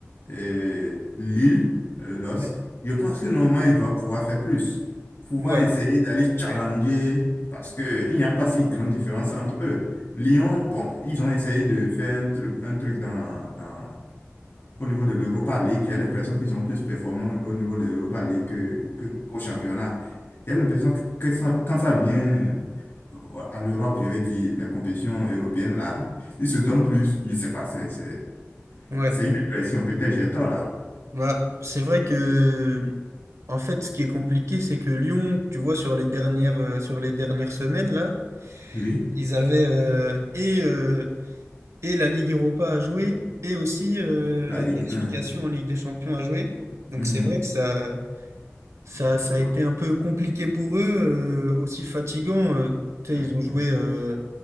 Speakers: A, on the left; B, on the right.
A: euh, Lille, euh, LOSC,
B: Ouais.
A: je pense que normalement, il doit pouvoir faire plus, pouvoir
B: Ouais.
A: essayer d'aller challenger, parce qu'il n'y a pas si grande différence entre eux. Lyon, bon, ils ont essayé de faire un truc, un truc dans, dans- au niveau de l'Europa League. J'ai l'impression qu'ils sont plus performants au niveau de l'Europa League que, que- qu'au championnat. J'ai l'impression que ça- quand ça vient euh, à l'Europe, je vais dire, la compétition européenne, là, ils se donnent plus. Je sais pas, c'est c'est-
B: Ouais.
A: c'est une impression. Peut-être j'ai tort, là.
B: Bah, c'est vrai que, en fait, ce qui est compliqué, c'est que Lyon, tu vois, sur les dernières, euh, sur les dernières semaines, là,
A: Oui.
B: ils avaient euh, et, euh, et la Ligue Europa à jouer et aussi euh,
A: La
B: la
A: Ligue
B: qualification
A: un
B: en Ligue des Champions à jouer. Donc,
A: Mhm.
B: c'est vrai que ça, ça,
A: Je
B: ça
A: vois.
B: a été un peu compliqué pour eux, euh, aussi fatigant. euh, tu
A: Mhm.
B: sais, ils ont joué euh,